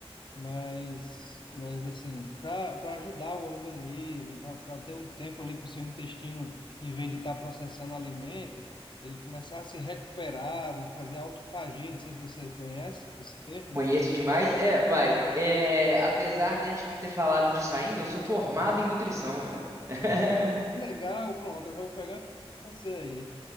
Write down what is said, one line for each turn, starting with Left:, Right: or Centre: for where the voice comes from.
Left: Mas, mas assim, para para ajudar o organismo, tá, para ter um tempo ali para o seu intestino, em vez de estar processando alimento, ele começar a se recuperar, de fazer autofagia, não sei se você conhece esse termo.
Right: Conheço demais. É, vai. É, apesar da gente não ter falado disso ainda, eu sou formado em nutrição, velho. <laughs>
Left: Legal, pronto, eu já vou pegar você aí.